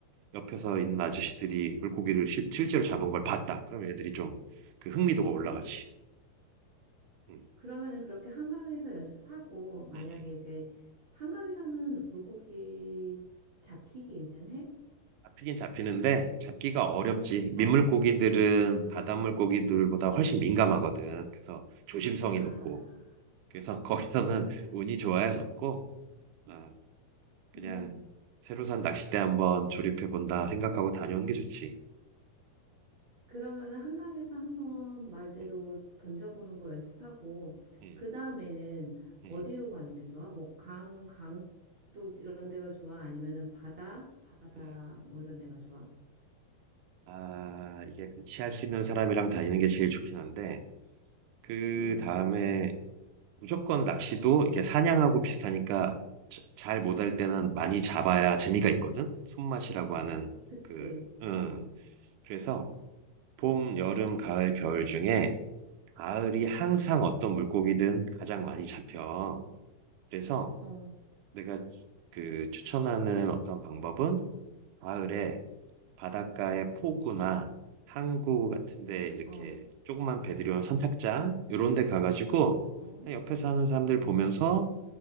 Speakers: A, on the right; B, on the right.
A: 옆에서 있는 아저씨들이 물고기를 실, 제로 잡은 걸 봤다. 그럼 애들이 좀 그 흥미도가 올라가지. 음,
B: 그러면은 그렇게 한강에서 연습하고, 만약에
A: 음, 음.
B: 이제 한강에서는 물고기 잡히기는 해?
A: 잡히긴 잡히는데 잡기가 어렵지. 민물고기들은
B: 어, 아,
A: 바닷물 고기들보다 훨씬 민감하거든. 그래서 조심성이
B: 아.
A: 높고. 그래서 <laughs> 거기서는
B: 그래서,
A: 운이 좋아야 잡고 아, 그냥
B: 음.
A: 새로 산 낚싯대 한번 조립해 본다 생각하고 다녀오는 게 좋지.
B: 그러면은 한강에서 한번 말대로
A: 음,
B: 던져보는 거 연습하고,
A: 음,
B: 그 다음에는
A: 음,
B: 어디로 가는 게 좋아? 뭐, 강, 강둑 이런 데가 좋아? 아니면은 바다? 바다,
A: 음.
B: 뭐 이런 데가 좋아?
A: 아, 이게 같이 할 수 있는 사람이랑 다니는 게 제일 좋긴 한데 그
B: 응,
A: 다음에 무조건 낚시도 이게 사냥하고 비슷하니까 잘 못할 때는 많이 잡아야 재미가 있거든. 손맛이라고 하는
B: 그치.
A: 그, 응.
B: 어.
A: 그래서 봄, 여름, 가을, 겨울 중에 가을이 항상 어떤 물고기든 가장 많이 잡혀. 그래서
B: 어.
A: 내가 그 추천하는 어떤 방법은 가을에 바닷가에 포구나 항구 같은데 이렇게
B: 어,
A: 조그만 배들이 온 선착장 이런 데 가가지고
B: 어,
A: 그냥 옆에서 하는 사람들
B: 어.
A: 보면서